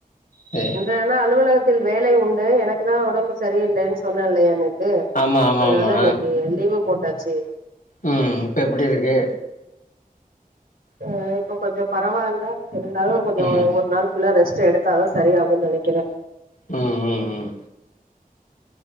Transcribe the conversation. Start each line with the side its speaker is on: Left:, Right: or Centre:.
Left: சேரி
Right: இந்த நா அலுவலகத்தில் வேலை உண்டு எனக்குதா உடம்பு செரியில்லன் சொன்ன இல்லையா நேத் கு
Left: ஆமா ஆமா
Right: அதனால
Left: ஆமா
Right: இன்னிக்கி லீவு போட்டாச்சு
Left: ம் இப்ப எப்டி இருக்கு
Right: ஆ இப்போ கொஞ்சோ பரவால இருந்தாலு கொஞ்சோ
Left: ம்
Right: ஒரு நாள் ஃபுல்லா ரெஸ்ட் எடுத் தாதா செரி ஆகுன் நனைக்கிற
Left: ம் ம் ம்